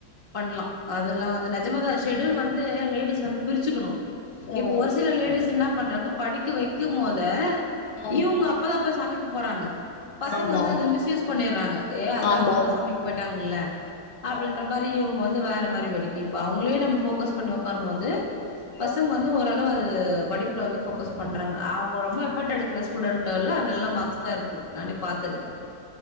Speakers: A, on the left; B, on the left.
A: பண்லா அதெல்லா வந்து நெஜமாதா ஸ்ஷெடியூல் வந்து லேடிஸ் வந்து பிரிச்சுக்கணு
B: ஆ
A: இப்ப ஒரு சில லேடிஸ் என்ன பண்றாங்க படிக்க வைக்கும் போதே
B: ஆ
A: இவுங்க அப்பதா போய் சமைக்க போறாங்க பசங்க
B: ஆமா
A: வந்து
B: ஆமா
A: அது மிஸ்யூஸ் பண்ணிறாங்க ஏ அதா
B: ஆமா
A: அம்மா
B: ஆமா
A: தா சமைக்க போய்ட்டாங்கல்ல அப்டின்ற
B: ஆ
A: மாரி து இவ்ங்க வந்து வேற மாரி வடுக்கி இப்ப அவ்ங்களே நம்ம ஃபோக்கஸ் பண்ணி ஒக்காரும் போது பசங்க
B: ஆ
A: வந்து ஓரளவு அது படிப்புல வந்து ஃபோக்கஸ் பண்றாங்க அவ்ங்க ரொம்ப எஃபர்ட் எடுக்கிற ஸ் ஸ்டூடென்டெல்லா நல்ல மார்க்ஸ் தா இருக்கு நானே பாத்துருக்கே